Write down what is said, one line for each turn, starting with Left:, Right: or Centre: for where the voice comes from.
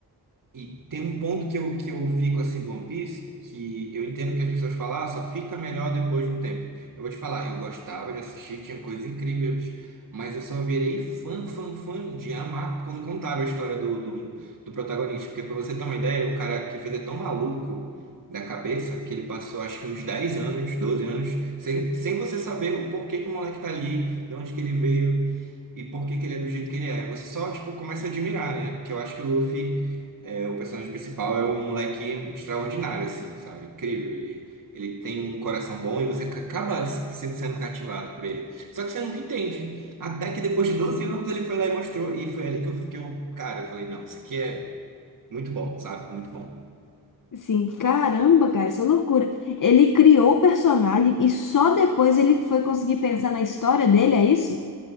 Right: E tem um ponto que eu, que eu fico assim do One Piece, que eu entendo que as pessoas falam, ah, só fica melhor depois de um tempo. Eu vou te falar, eu gostava de assistir, tinha coisas incríveis, mas eu só virei fã, fã, fã de amar quando contaram a história do, do, do protagonista. Porque pra você ter uma ideia, o cara que fez é tão maluco da cabeça que ele passou acho que uns 10 anos, 12 anos, sem, sem você saber o porquê que o moleque tá ali, de onde que ele veio, e por que que ele é do jeito que ele é. Você só, tipo, começa a admirar, né? Porque eu acho que o Luffy, é, o personagem principal, é um moleque extraordinário, assim, sabe? Incrível. Ele, ele tem um coração bom e você ca- acaba se- sendo cativado por ele. Só que você nunca entende. Até que depois de 12 anos ele foi lá e mostrou. E foi ali que eu, que eu, cara, eu falei, não, isso aqui é muito bom, sabe? Muito bom.
Left: Assim, caramba, cara, isso é loucura. Ele criou o personagem e só depois ele foi conseguir pensar na história dele, é isso?